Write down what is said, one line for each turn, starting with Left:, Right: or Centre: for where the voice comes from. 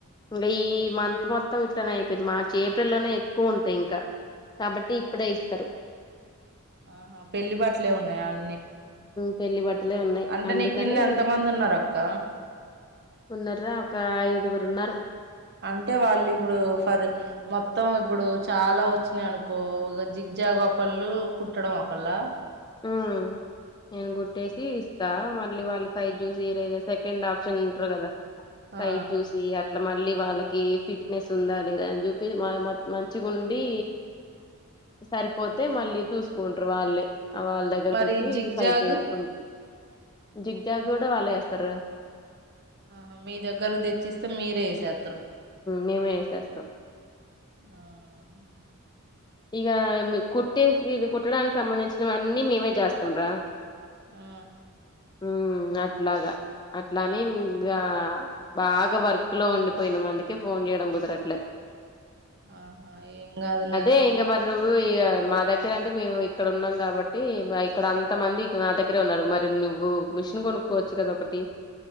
Left: ఇంకా ఈ మంత్ మొత్తం ఇట్లానే అయిపోతది మార్చ్ ఏప్రిల్ లోనే ఎక్కువ ఉంటాయి ఇంకా కాబట్టి ఇప్పుడే ఇస్తారు
Right: ఆహా పెళ్లి బట్టలే ఉన్నాయా అ
Left: పెళ్లి బట్టలే ఉన్నాయి
Right: అంటే
Left: అందుకని
Right: నీ కింద ఎంత మంది ఉన్నారు అక్క
Left: ఉన్నారురా ఒక ఐదుగురు ఉన్నారు
Right: అంటే వాళ్ళు ఇప్పుడు ఫర్ మొత్తం ఇప్పుడు చాలా వచ్చినాయి అనుకో ఇక జిగ్ జాగ్ ఒకళ్ళు కుట్టడం ఒకళ్ళ
Left: హ్మ్ నేను కుట్టేసి ఇస్తా మళ్ళీ వాళ్ళ సైజ్ చూసి రే ఇగ సెకండ్ ఆప్షన్ ఉంటారు కదా సైజ్
Right: ఆ
Left: జూసి అట్ల మా లీ వాళ్ళకీ ఫిట్నెస్ ఉందా లేదాని చెపి మా మా మంచిగుండీ సరిపోతే మళ్ళీ చూసుకుంటర్ వాళ్ళే వాళ్ దగ్గరక్
Right: మరి
Left: ఒచ్చి
Right: జిగ్జాగ్
Left: సైజ్ చేయించుకుంట్ జిగ్ జాగ్ గూడా వాళ్లె ఎస్తారు
Right: ఆహా మీ దగ్గరక్ తెచ్చిస్తే మీరే ఏసేతరు
Left: మేమే ఏసేస్తాం
Right: ఆ హ్
Left: ఇగా మీ కుట్టే ఇ కుట్టడానిక్ సంబంధించినవన్నీ మేమే చేస్తాం రా
Right: ఆ
Left: మ్ అట్లాగా అట్లని ఇగా బాగ వర్క్ లో ఉండిపోయినం అందుకే ఫోన్ చేయడం కుదరట్లే
Right: ఆహా ఎంకాదులె అక్
Left: ఏ ఇంగ మరి నువ్ నువ్వు ఇగ మా దగ్గర అంటే మేము ఇక్కడ ఉన్నాం కాబట్టీ బ ఇక్కడ అంతమంది నా దగ్గరే ఉన్నారు మరి నువ్వూ మిషన్ కొనుక్కోవచ్చు కదా ఒకటి